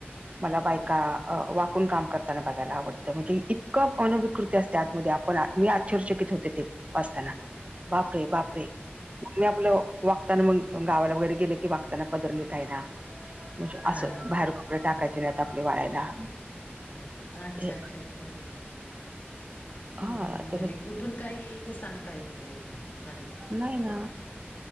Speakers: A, on the right; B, on the left.
A: मला बायका अ वाकून काम करताना बघायला आवडतं म्हणजे इतकं अनविकृत ते असते आतमध्ये आपण मी आश्चर्यचकित होते ते वाचतांना बापरे बापरे. मी आपलं वागताना मग गावाला वगैरे गेले की वागताना पदर नीट आहे ना. म्हणजे
B: हां.
A: असं बाहेर कपडे टाकायचे नाही आपले वाळायला.
B: अच्छा
A: हे
B: अच्छा अच्छा. हम्म
A: हा
B: म्हणजे
A: ते
B: कुठून काय येईल ते सांगता येत नाही म.
A: नाही ना